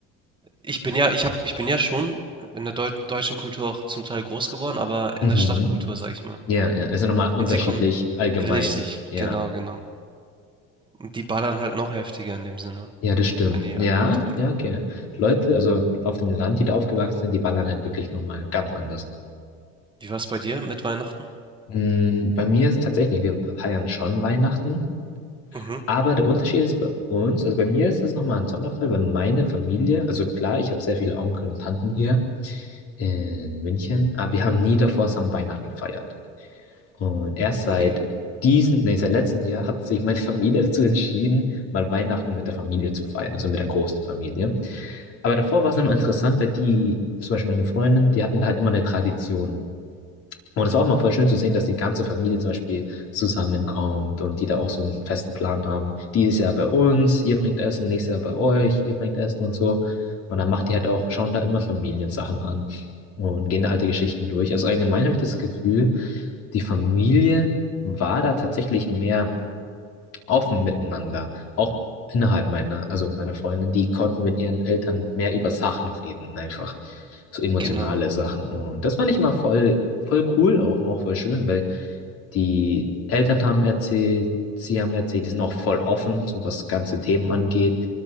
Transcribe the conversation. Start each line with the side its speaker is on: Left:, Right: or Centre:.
Right: Ich bin ja ich habe ich bin ja schon in der deu deutschen Kultur auch zum Teil groß geworden, aber
Left: Mhm.
Right: in der Stadtkultur, sag ich mal.
Left: Ja, ja, ist ja nochmal unterschiedlich,
Right: Und sie kommen
Left: allgemein.
Right: richtig,
Left: Ja,
Right: genau, genau. Und die ballern halt noch heftiger in dem Sinne,
Left: ja, das stimmt.
Right: wenn die
Left: Ja,
Right: Alkohol trinken.
Left: ja, okay. Leute, also auf dem Land, die da aufgewachsen sind, die ballern halt wirklich nochmal ganz anders.
Right: Wie war es bei dir mit Weihnachten?
Left: Mm, bei mir ist es tatsächlich, wir feiern schon Weihnachten,
Right: Mhm,
Left: aber der Unterschied ist bei uns, also bei mir ist es nochmal ein Sonderfall, weil meine Familie, also klar, ich habe sehr viele Onkel und Tanten hier, in München, aber wir haben nie davor zusammen Weihnachten gefeiert. Und erst seit
Right: okay,
Left: diesem, nee, seit letztem Jahr hat sich meine <laughs> Familie dazu entschieden, mal Weihnachten mit der Familie zu feiern, also mit der großen Familie. Aber davor war es immer interessant, weil die, zum Beispiel meine Freundin, die hatten da halt immer eine Tradition. Und es war auch mal voll schön zu sehen, dass die ganze Familie zum Beispiel zusammenkommt und die da auch so einen festen Plan haben. Dieses Jahr bei uns, ihr bringt Essen, nächstes Jahr bei euch, ihr bringt Essen und so. Und dann macht die halt auch, schauen da immer Familiensachen an und gehen da alte Geschichten durch. Also allgemein habe ich das Gefühl, die Familie war da tatsächlich mehr offen miteinander. Auch innerhalb meiner, also meiner Freundin, die konnten mit ihren Eltern mehr über Sachen reden, einfach so emotionale
Right: genau.
Left: Sachen. Und das fand ich immer voll, voll cool, auch noch voll schön, weil die Eltern haben erzählt, sie haben erzählt, die sind auch voll offen, so was ganze Themen angeht